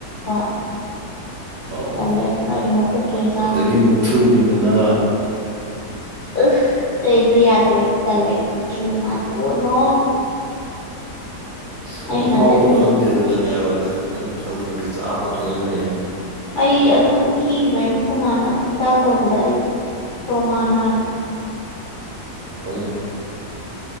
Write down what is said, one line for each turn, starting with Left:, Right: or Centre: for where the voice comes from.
Left: ꯍꯣꯏ
Right: ꯍꯥꯎꯕꯅꯦ
Left: ꯇꯜꯂꯦ ꯑꯗꯨꯝ ꯑꯩꯗꯤ ꯃꯈꯣꯛꯇꯣ ꯑꯣꯏꯅ ꯆꯥꯝꯅ
Right: ꯑꯗꯒꯤ
Left: ꯐꯩ
Right: ꯃꯨꯛꯊ꯭ꯔꯨꯕꯤ ꯃꯅꯥ
Left: ꯑꯁ ꯑꯩꯗꯨ ꯌꯥꯗꯦ ꯑꯩꯗꯨ ꯇꯜꯂꯦ ꯑꯩꯗꯤ ꯃꯨꯛꯊꯔꯨꯕꯤ ꯃꯅꯥꯗꯤ ꯑꯣ ꯅꯣ
Right: ꯑꯁ
Left: ꯑꯩ
Right: ꯅꯪ
Left: ꯍꯩꯅꯗꯦ
Right: ꯑꯍꯥꯎꯕ
Left: ꯑꯗꯨꯝꯗꯤ
Right: ꯈꯪꯗꯦꯗ ꯅꯪ ꯌꯥꯔꯣꯏꯗ ꯅꯪ ꯈꯪꯉꯤꯁꯦ ꯆꯥꯕ ꯈꯛꯇꯪꯅꯦ ꯅꯪ ꯍꯩꯁꯦ
Left: ꯑꯩ ꯑꯗꯨ ꯈꯤꯒꯤꯕꯩꯅꯦ ꯈꯣꯏ ꯃꯥꯅ ꯍꯤꯗꯥꯛ ꯇꯧꯕꯗ ꯑꯩ ꯇꯔꯣꯃꯥ ꯅꯥꯒ꯭ꯔꯦ
Right: ꯍꯣꯏꯅꯦ